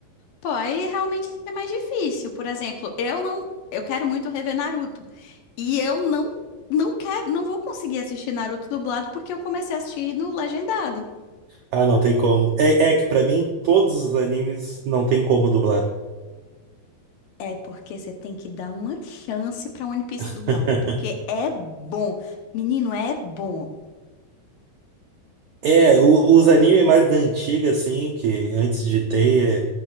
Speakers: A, on the left (about 70°); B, on the right (about 80°).
A: Pô, aí realmente é mais difícil. Por exemplo, eu não, eu quero muito rever Naruto e eu não, não quero, não vou conseguir assistir Naruto dublado porque eu comecei a assistir no legendado.
B: Ah, não tem como. É, é que pra mim todos os animes não tem como dublar.
A: É porque você tem que dar uma chance pra One Piece
B: <laughs>
A: dublado, porque é bom. Menino, é bom.
B: É, o- os animes mais da antiga, assim, que antes de ter